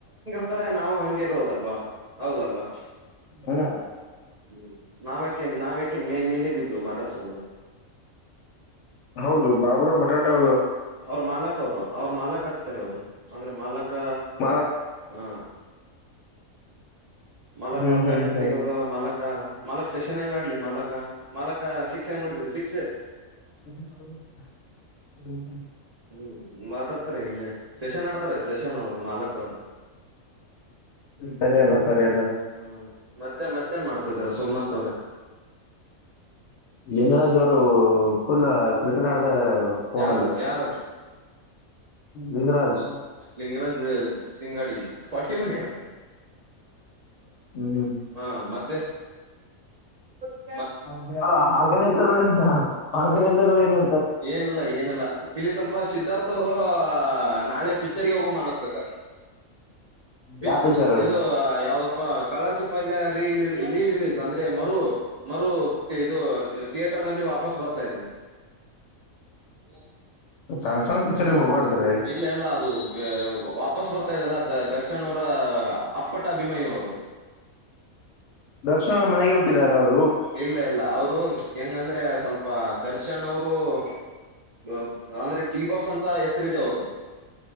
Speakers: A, on the right; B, on the left.
A: ತ್ತಾರೆ ನಾವು ಹಂಗಗೆರುದಲ್ವಾ ಹೌದಲ್ವಾ
B: ಹರ
A: ಹ್ಮ್ ನಾವಕ ನಾವ ಮ ಮೇಲೆ ಬಿದ್ದು ಮಾತಾಡ್ಸೋದು
B: ಹೌದು ಬಾಬರ ಬಟಾಟಾ
A: ಅವ್ರ ಮಾಲಕ್ ಅವ್ರು ಅವ್ರ ಮಾಲಕ ಅವರು ಅಂದ್ರೆ ಮಾಲಕ್
B: ಮಾರಕ್
A: ಹ ಮಲಕ್
B: ಹ್ಮ್
A: ರೊಕ್ಕ
B: ಹ್ಮ್
A: ಹೆಂಗ
B: ಹ್ಮ್
A: ತಗೋದು ಮಲಕ್ಕ ಮಲಕ್ ಸೆಷನ್ ಹೆಂಗ ಆಡ್ಲಿ ಮಲಕ ಮಾಲಕ ಸಿಕ್ಸ್ ಹಂಗ್ ಹೊಡೀತಾರೆ ಶಿಕ್ಸ್
B: ಹ್ಮ್ಮ್
A: ಹ್ಮ್ ಮಾತಾಡ್ತಾರೆ ಹಿಂಗಗೆ ಸಶನ್ ಆಡ್ತಾರೆ ಸಶನ್ ಅವರು ಮಾಲಕ್ ಅವರು
B: ಸರಿ ಅದ ಸರಿ ಅದ
A: ಹ್ಮ್ ಮತ್ತೆ ಮತ್ತೇನ್ ಮಾಡ್ತಾಿದೀರ ಸೋಮನಾಥ್ ತೋರ
B: ಲಿಂಗರಾಜ್ ಅವರು ಫುಲ್ ಕ್ರಿಕೆಟ್ ಆ ಇದ ಅವರು ಫೋನಲ್ಲಿ
A: ಯಾರು ಯಾರು
B: ಲಂಗರಾಜ್
A: ಲಿಂಗರಾಜ್ ಸಿಂಗಾಡಿ ಹೊಟ್ಟಿ ಮನಾ
B: ಹ್ಮ್ ಹ್ಮ್
A: ಹ ಮತ್ತೆ ಹ
B: ಅವರು ಆರ್ಗನೈಸರ್ ಅವ ಆರ್ಗನೈಸರ್ ಅವ ಏನು
A: ಏನಲ್ಲ ಏನಲ್ಲ ಇಲ್ಲಿ ಸ್ವಲ್ಪ ಸಿದ್ಧಾರ್ಥ ಅವರು ನಾಳೆ ಪಿಕ್ಚರ್ಗೆ ಹೋಗಂಬ ಹಾರೆ ಪಿ
B: ಯಾವ ಪಿಕ್ಚರ್
A: ಇದು ಯಾವ್ದಪ್ಪ ಕಳಶಿಪಲ್ಯ ರೀರಿಲೀಸ್ ಅಂದ್ರೆ ಮರು ಮರು ಇದು ಥಿಯೇಟರ್ ನಲ್ಲಿ ವಾಪಸ್ ಬತ ಪ್ಪ ಇದೆ ಹ
B: ಸಣ್ಣ ಸಣ್ಣ ಪಿಕ್ಚರ್ಗೆ ಹೋಗ್ಬಾರ್ದ್ರಿ
A: ಇಲ್ಲ ಎಲ್ಲ ಅದು ವಾಪಸ್ ಬರ್ತ ಗತದೆಲ್ಲ ದ ದರ್ಶನ್ ಅವರ ಅಪ್ಪಟ್ಟ ಅಭಿಮಾನಿ ಅವರು
B: ದರ್ಶನ್ ಅವ್ರ ಮನೆಗೆ ಹುಟ್ಟಿದ್ದಾರೆ ಅವ್ರು
A: ಇಲ್ಲ ಇಲ್ಲ ಅವ್ರು ಹೆಂಗಂದ್ರೆ ಸ್ವಲ್ಪ ದರ್ಶನ್ ಅವರು ಅವರು ಅಂದ್ರೆ ಡಿ ಬಾಸ್ ಅಂತ ಹೆಸರುಿದೆ ಹೌದು